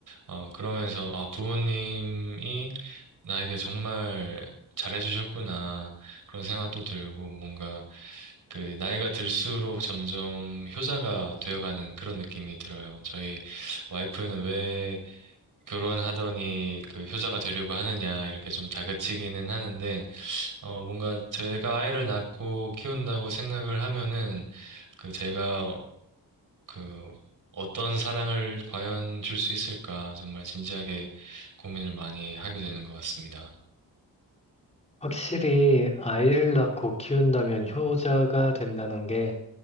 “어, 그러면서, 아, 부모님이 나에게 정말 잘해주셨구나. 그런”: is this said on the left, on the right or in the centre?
Right